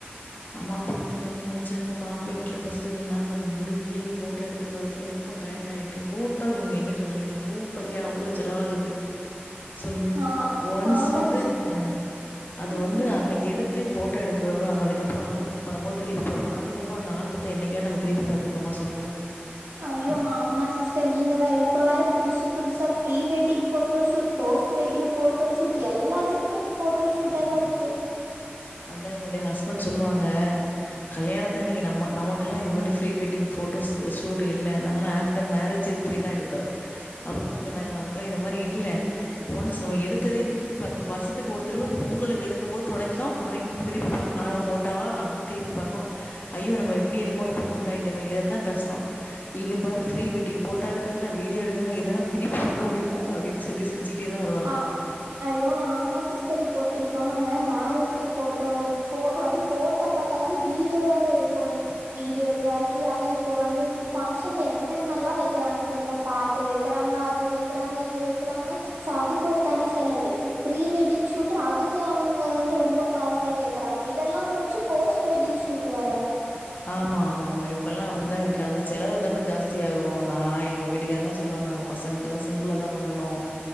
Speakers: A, on the left (about 45°); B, on the right (about 85°).
A: ஆ மாப்பிள்ள வீட்டுல தனியா வச்சாங்க மாப்பி மாப்பிள வீட்டுல ஃபஸ்டு நாங்க முடிஞ்சு ஃபோட்டோ எடுத்துட்டு வரதுக்கே ரொம்ப டயர்ட் ஆயிட்டு ஃபோட் ஃபோட்டோக்கு நீங்க என்ன சொல்றீங்க ஃபோட்டோக்கே அவ்ளோ செலவாகுது சொல்லுங்க
B: ஆ
A: ஒன்ஸ்
B: ஆமா
A: வந்து
B: சிஸ்
A: அ அது
B: ம்
A: வந்து
B: ம்
A: அன்னைக்கு எடுத் போட்டோ எடுக்கிறதுதா அதுக்கு அப்புறோ ஆல்பம் வரும்போது திருப்பி பாப்போ அதுக்கப்புறோ அந்த ஆல்பத்த என்னைக்காது நம்ம திருப்பி பாத்திருக்கோமா சொல்லுங்க
B: ஐயோ ஆம்மா சிஸ்டர் நீங்க வேற இப்ப வேற புதுசு புதுசா pre wedding photo shoot post wedding photoshoot எல்லாத்துக்குமே இப்ப போட்டோ ஷூட்டாக தா இருக்கு
A: அதா என்னுடைய ஹஸ்பண்ட் சொல்லுவாங்க கல்யணத்து அன்னைக்கு நம்ம நமக்கெல்லா இந்த மாரி ப்ரி வெட்டிங் போட்டோஸ் ஷூட் இல்ல நாங்கல்லா ஆஃப் ஆஃடர் மேரேஜ் இது போய் தா எடுத்தோ அப்போதா சொன்னாங்க நமக்கெல்லா இந்த மாரி இல்ல ஒன்ஸ் நம்ம எடுத்ததே திருப்பி பாக் வருஷத்துக்கு ஒரு தடவ இந்த பொங்கலுக்கு எடுக்கும் போது தொடைக்கு அந்தனைக்கு திருப்பி பாக்கு ஆனா நம்ம போட்டாவா அப்டின்னு திருப்பி பாக்கு ஐயோ நம்ம எப்டி இருக் இப்ப குண்டாயிட்டமே இதத்தா பேசுறோ இங்க பாரு ப்ரீ வெட்டிங் போட்டோ எடுக்காங்க வீடியோ எடுக்காங்க இதெல்லா திருப்பி பாக்க முடியுமா அப்படின் சொல்லி சி சிருச்சிக்கிட்டே தா வருவாங்க
B: ஆ ஐயோ ஆமா சிஸ்டர் இப்போ இப்போ நம்ம மேரேஜுக்கு போட்டோ போ அது போட்டோ பத்தாதுனு வீடியோ வேற எடுக்கணு வீடியோ கிராஃபி அது இப்ப வந்து பங்க்ஷன்ல என்னென்னல வைக்கிறாங்க சொல்லுங்க பாட்டு வைக்கிறாங்க அது வைக்கிறாங்க இது வைக்கிறாங்க சோ அதுக் ஒரு தனி செலவு ப்ரீ வெட்டிங்ஷூட் அதுக்கு அவங்க வந்து ரொம்ப காஸ்ட்லியா கேக்குறாங்க இதெல்லா முடிச்சு போஸ்ட் வெட்டிங் ஷூட் வேர
A: ஆமா ஆமா ஆமா இப்பல்லா அப்டிதா இருக்கு அது செலவு தான ஜாஸ்தியா ஆகு நா எங்க வீட்டுக்கார சொல்லுவாங்க நம்ம பசங்களுக் எல்லா சிம்பிளா தா பண்ணணும்